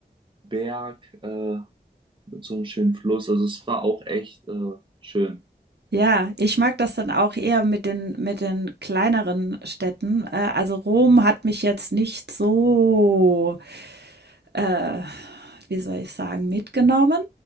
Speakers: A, on the right; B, on the right.
A: Berg äh, mit so einem schönen Fluss. Also es war auch echt äh, schön.
B: Ja, ich mag das dann auch eher mit den mit den kleineren Städten. Äh, also Rom hat mich jetzt nicht so, äh, wie soll ich sagen, mitgenommen.